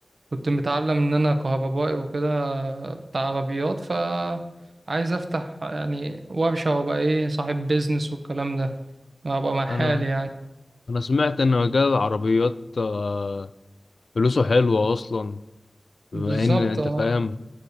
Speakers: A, on the right; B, on the left.
A: كنت متعلم ان انا كهربائي وكده بتاع عربيات ف عايز افتح يعني وابشه وابقى ايه صاحب بيزنس والكلام ده ابقى مع حالي
B: انا
A: يعني
B: انا سمعت ان مجال العربيات آه فلوسه حلوة اصلا بما
A: بالظبط
B: ان انت
A: اه
B: فاهم